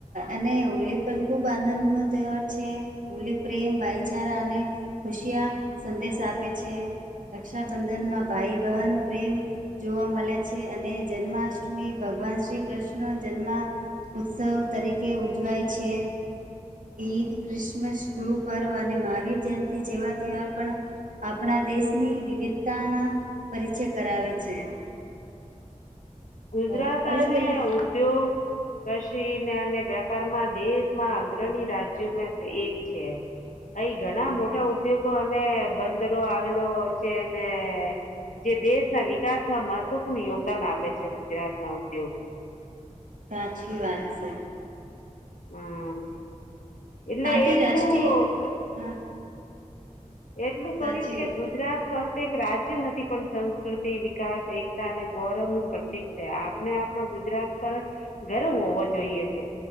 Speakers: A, on the right (about 80°); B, on the left (about 75°).
A: અને હોલી પણ ખૂબ આનંદનો તહેવાર છે હોલી પ્રેમ ભાઈચારા અને ખુશિયા સંદેશ આપે છે રક્ષાબંધનમાં ભાઈ બહેન પ્રેમ જોવા મળે છે અને જન્માષ્ટમી ભ ભગવાન શ્રી કૃષ્ણ જન્મ ઉત્સવ તરીકે ઉજવાય છે ઈદ ક્રિસમસ ગુરુ પર્વ અને મહાવીર જયંતિ જેવા તહેવાર પણ આપણા દેશની વિવિધતાના પરિચય કરાવે છે. <inaudible>
B: ગુજરાત
A: અ અલગ
B: અને
A: અલગ
B: ઉદ્યોગ કશે કિ અને વેપારમાં દેશમાં અગ્રણી રાજ્યોમાં એક છે. અહી ઘણા મોટા ઉદ્યોગો અને બંદરો આવેલો છે અને જે દેશના વિકાસમાં મહત્વપૂર્ણ યોગદાન આપે છે ગુજરાતના ઉદ્યોગ.
A: સાચી વાત છે.
B: હમ્મ એટલે
A: આથી
B: એટલું
A: રાષ્ટ્રીય હા
B: એટલું કવિજ
A: સાચી
B: કે ગુજરાત ફક્ત એક રાજ્ય નથી પણ સંસ્કૃતિ વિકાસ એકતા અને ગૌરવનું પ્રતિક છે આપને આપના ગુજરાત પર ગર્વ હોવો જોઈએ છે